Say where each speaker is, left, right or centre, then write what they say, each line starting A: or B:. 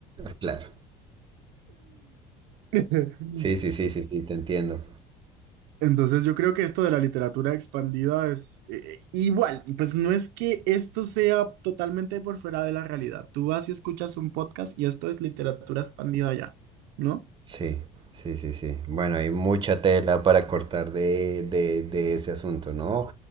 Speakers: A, on the right; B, on the right.
A: Claro.
B: <laughs>
A: Sí, sí, sí, sí, sí, te entiendo.
B: Entonces yo creo que esto de la literatura expandida es eh, igual, pues no es que esto sea totalmente por fuera de la realidad. Tú vas y escuchas un podcast y esto es literatura expandida ya, ¿no?
A: Sí, sí, sí, sí. Bueno, hay mucha tela para cortar de, de- de ese asunto, ¿no?